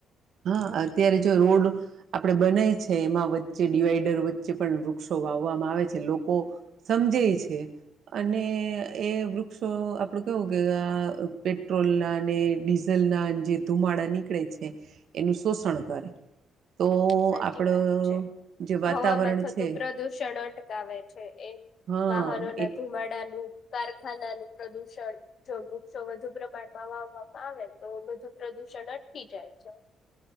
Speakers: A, on the right (about 65°); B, on the left (about 55°).
A: હા અત્યારે જો રોડ આપડે બનાય છે એમાં વચ્ચે ડિવાઈડર વચ્ચે પણ વૃક્ષો વાવવામાં આવે છે લોકો સમજે છે અને એ વૃક્ષો આપ આપડ કેવ કે આ પેટ્રોલ ના અને ડીઝલ ના જે ધુમાડા નીકળે છે પ્રદુષણ કરે તો
B: સાચી
A: આપડો
B: વાત છે
A: જે વાતાવરણ
B: હવામાં થતું
A: છે
B: પ્રદુષણ અટકાવે છે એ
A: હા
B: વાહનો ના
A: એ
B: ધુંમાડાનું કારખાના નું પ્રદુષણ જો વૃક્ષો વધુ પ્રમાણમાં વાવવામાં આવે તો બધું પ્રદુષણ અટકી જાય છે